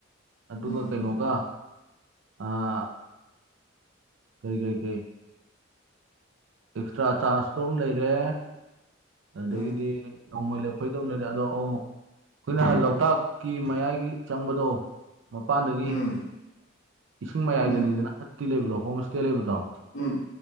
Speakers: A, on the right (about 65°); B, on the left (about 65°).
A: ꯑꯗꯨꯒ
B: ꯎꯝ
A: ꯀꯩꯅꯣꯒ ꯑꯥ ꯀꯔꯤ ꯀꯔꯤ ꯀꯩ ꯑꯦꯛꯁꯇ꯭ꯔꯥ ꯆꯥꯔꯖ ꯇꯣ ꯑꯝ ꯂꯩꯔꯦ꯫ ꯑꯗꯨꯗꯒꯤꯗꯤ
B: ꯎꯝ
A: ꯅꯣꯡꯃ ꯂꯦꯛꯄꯩꯗꯣ ꯑꯃ ꯂꯩꯔꯦ ꯑꯗꯣ ꯑꯣ ꯑꯩꯈꯣꯏꯅ ꯂꯣꯛꯇꯥꯛꯀꯤ ꯃꯌꯥꯏꯒꯤ ꯆꯪꯕꯗꯣ ꯃꯄꯥꯟꯗꯒꯤ
B: ꯎꯝ
A: ꯏꯁꯤꯡ ꯃꯌꯥꯏꯗꯅꯤꯗꯅ
B: ꯎꯝ
A: ꯍꯠꯀꯤ ꯂꯩꯕꯗꯣ ꯍꯣꯝ ꯁꯇꯦ ꯂꯩꯕꯗꯣ꯫
B: ꯎꯝ